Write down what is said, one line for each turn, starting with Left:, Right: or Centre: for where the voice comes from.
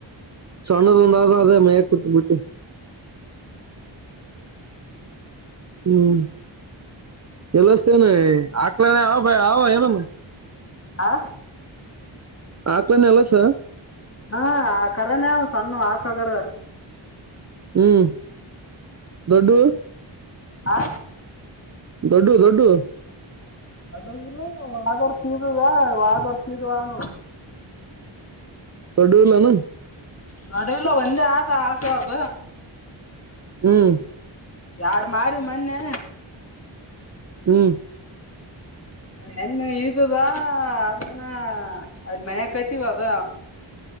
Right: ಸಣ್ಣದೊಂದಾದದೇ ಮೇಯಕ್ ಕೂತ್ ಬಿಟ್ಟಿನ್.
Left: ಹ್ಮ್
Right: ಹ್ಮ್ ಕೆಲ್ಲಸ <unintelligible>
Left: ಹಾ
Right: ಹಾಕ್ಬನ್ ಎಲ್ಲಸ?
Left: ಹಾ ಆ ಕರನ ಸಣ್ಣ ಆಾಕ್ಳಗರ.
Right: ಹ್ಮ್ ದೊಡ್ಡು
Left: ಹಾ
Right: ದೊಡ್ಡಡು ದೊಡ್ಡು
Left: ಅದ ವಾತರ್ತೀದುಾ ವಾತರ್ತೀದುಾಣ
Right: ಪಡಲ್ಲ ನ ಅಲ್ಲಾ
Left: ದಡೈಲ ಒಂದೆ ಆತ ಆಕಬ.
Right: ಹ್ಮ್.
Left: ಯಾರು ಮಾರು ಮಣ್ಣೇ
Right: ಹ್ಮ್
Left: ಹೆನ್ ಇದದ ಅದನ್ನ ಅದ್ ಮೈಯ್ಯಕತಿವಿ ಅದ.